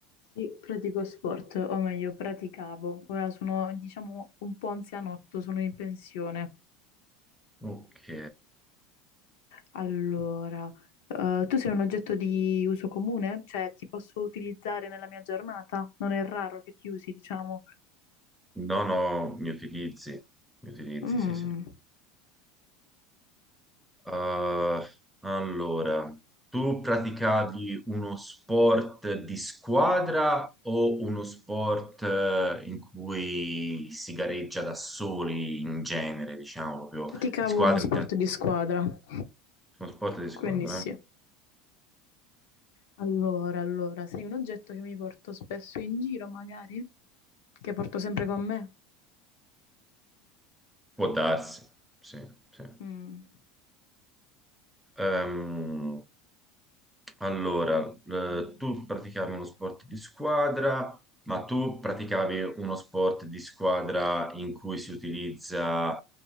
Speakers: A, on the left; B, in the centre.
A: Sì, pratico sport, o meglio, praticavo. Ora sono, diciamo, un po' anzianotto, sono in pensione.
B: Ok.
A: Allora, eh, tu sei un oggetto di uso comune? Cioè, ti posso utilizzare nella mia giornata? Non è raro che ti usi, diciamo.
B: No, no, mi utilizzi. Mi utilizzi,
A: Mm.
B: sì, sì. Uh, allora, tu praticavi uno sport di squadra o uno sport eh, in cui si gareggia da soli in genere, diciamo proprio
A: Praticavo
B: di squadra?
A: uno sport
B: in te-
A: di squadra,
B: Uno sport di squadra,
A: quindi sì.
B: eh?
A: Allora, allora, sei un oggetto che mi porto spesso in giro, magari? Che porto sempre con me?
B: Può darsi, sì, sì.
A: Mm.
B: Ehm, allora, eh, tu praticavi uno sport di squadra, ma tu praticavi uno sport di squadra in cui si utilizza